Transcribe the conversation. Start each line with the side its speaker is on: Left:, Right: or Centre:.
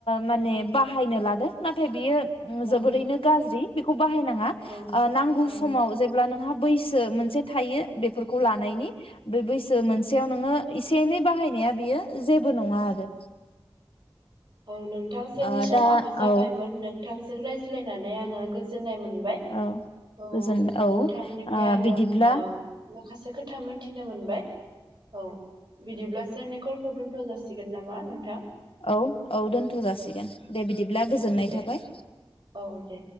Left: माने बाहायनो लादों नाथाय बियो
Right: औ
Left: जोबोरैनो गाज्रि बेखौ बाहायनां
Right: औ
Left: ओ नांगौ
Right: औ
Left: समाव जेब्ला नोंहा बैसो मोनसे थायो बेफोरखौ लानायनि बे बैसो मोनसे नोङो इसे एनै बाहायनाया बियो जेबो नङा आरो
Right: औ नों नोंथां जोंनि
Left: ओ
Right: समाबो
Left: दा
Right: जाबायमोन
Left: औ
Right: नोंथांजों राय रायज्लायनानै आङो गोजोननाय मोन मोनबाय
Left: औ
Right: नों
Left: गोजोन औ ओ
Right: नोंथांनिफ्राय आङो
Left: बिदिब्ला
Right: माखासे खोथा मोनथिनो मोनबाय औ बिदिब्ला जोंनि कलखौ दोनथ' जासि सिगोन नामा नोंथां
Left: औ औ दोनथ' जासिगोन दे बिदिब्ला गोजोननाय
Right: औ दे
Left: थाबाय
Right: औ दे